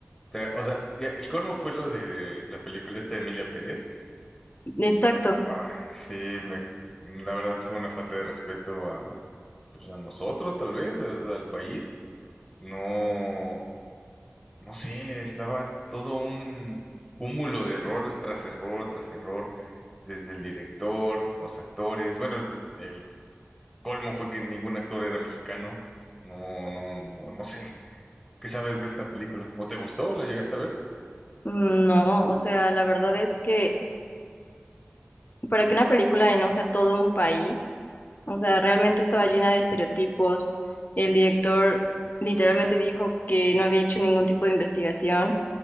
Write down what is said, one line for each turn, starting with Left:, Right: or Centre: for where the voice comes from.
Centre: Te- o sea, ya, el colmo fue lo de la película esta de Emilia Pérez.
Left: Exacto.
Centre: Ay, sí, me, la verdad fue una falta de respeto a, pues a nosotros, tal vez, a- o sea, al país. No, no sé, estaba todo un cúmulo de errores tras error, tras error. desde el director, los actores. Bueno, el colmo fue que ningún actor era mexicano. No, no, no, no sé. ¿Qué sabes de esta película? ¿O te gustó? ¿La llegaste a ver?
Left: No, o sea, la verdad es que para que una película enoje a todo un país, o sea, realmente estaba llena de estereotipos. El director literalmente dijo que no había hecho ningún tipo de investigación